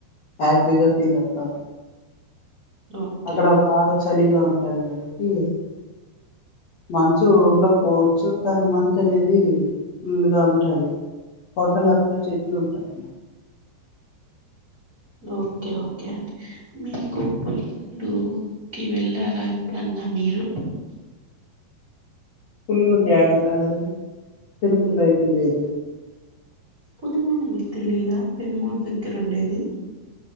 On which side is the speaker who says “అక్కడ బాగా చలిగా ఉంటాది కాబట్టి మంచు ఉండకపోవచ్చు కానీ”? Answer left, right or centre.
Left